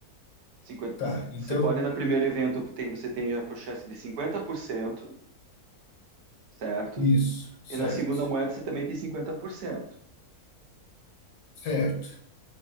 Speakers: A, on the right; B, on the left.
A: 50.
B: tá. Então,
A: Você pode, no primeiro evento, tem, você tem a chance de 50%, certo?
B: isso, certo.
A: E na segunda moeda você também tem 50%.
B: Certo.